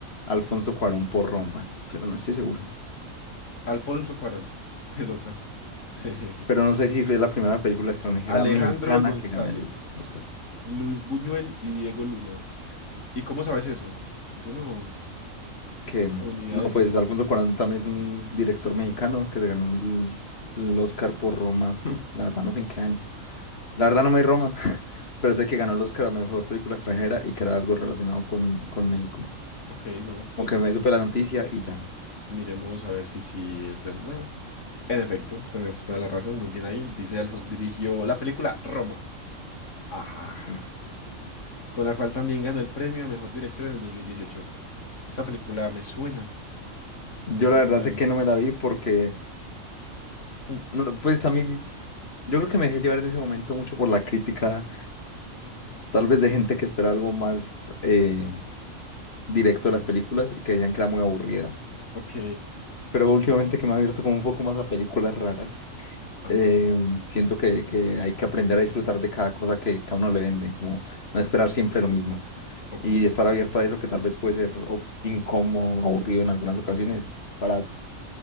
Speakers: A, on the left; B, on the left.
A: Alfonso Cuarón por Roma, pero no estoy seguro.
B: Alfonso Cuarón, <laughs> es otra. <laughs>
A: Pero no sé si es la primera película extranjera
B: Alejandro
A: mexicana
B: González,
A: que gana el Oscar.
B: Luis Buñuel y Diego Luna. ¿Y cómo sabes eso? Yo no
A: Que mm,
B: tengo ni idea
A: no,
B: de
A: pues
B: eso.
A: Alfonso Cuarón también es un director mexicano que se ganó el, el Oscar por Roma. <laughs> La verdad
B: <laughs>
A: no sé en qué año. La
B: Mm,
A: verdad no me di Roma, <laughs> pero sé que ganó el Oscar a mejor película extranjera y que era algo relacionado con, con México.
B: Ok, no, pues
A: Aunque me supe la noticia y ya.
B: miremos a ver si sí es verdad. En efecto, tenés toda la razón, muy bien ahí. Dice Alfon, dirigió la película Roma. Ajá.
A: Sí.
B: Con la cual también ganó el premio a mejor director en el 2018. Esa película me suena, seguro
A: Yo
B: que
A: la
B: no
A: verdad
B: me la
A: sé
B: he visto.
A: que no me la vi porque
B: Mm,
A: No, pues a mí, yo creo que me dejé llevar en ese momento mucho por la crítica, tal vez de gente que espera algo más eh, directo de las películas y que decían que era muy aburrida.
B: Ok.
A: Pero últimamente que me he abierto como un poco más a películas raras,
B: Ajá,
A: eh, siento que, que hay que aprender a disfrutar de cada cosa que, que a uno le venden, como no esperar siempre lo mismo.
B: ok.
A: Y estar abierto a eso que tal vez puede ser o- incómodo, aburrido en algunas ocasiones para